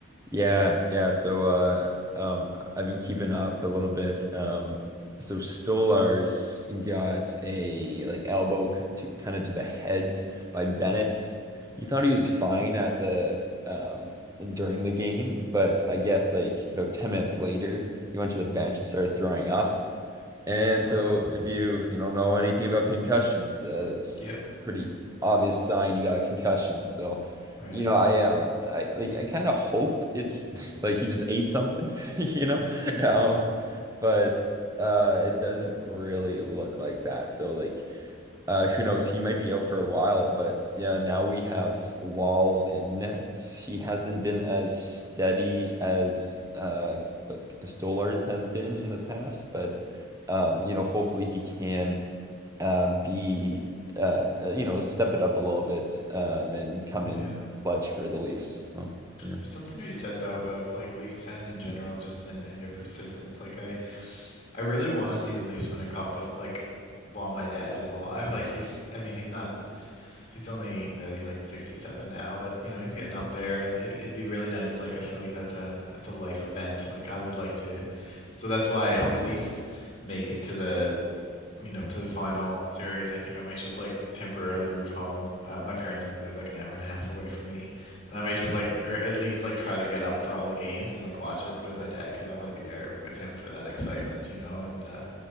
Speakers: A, on the right; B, on the left.
A: Yeah, yeah. So uh um I've been keeping up a little bit. Um so Stolar's got a like elbow k- to, kind of to the head by Bennett.
B: Ooh.
A: He thought he was fine at the um during the game, but I
B: hmm
A: guess like about 10 minutes later, he went to the bench and started throwing up. And
B: Oh
A: so
B: wow.
A: if you, you know, know anything about concussions, uh, it's
B: Yep.
A: pretty obvious sign you got a concussion. So,
B: Right.
A: you know, I um I like, I kind of hope it's <laughs> like he just ate something, <laughs> you know?
B: Mm-hmm.
A: Um, but uh it doesn't really look like that. So like uh, who knows? He might be out for a while, but yeah, now we have Wall and Nets. He hasn't been
B: Mm-hmm.
A: as steady as uh, what Stolarz has been in the past, but
B: Mm-hmm.
A: um, you know, hopefully he can uh, be uh, uh, you know step it up a little bit um, and come in
B: Yeah.
A: clutch for the Leafs. So yeah,
B: There's something to be said though about like Leafs fans in general, just and, and their persistence. Like I, I really want to see the Leafs win a cup of like while my dad is alive. Like he's, I mean, he's not, he's only, well, he's like 67 now, but you know, he's getting up there, and it, it'd be really nice. Like I feel like that's a that's a life event. Like I would like to, so that's why if the Leafs make it to the you know, to the final series, I think I might just like temporarily move home. Uh, my parents only live like an hour and a half away from me, and I might just like, or at least like try to get up for all the games and like watch it with my dad because I want to be there with him for that excitement, you know. And uh,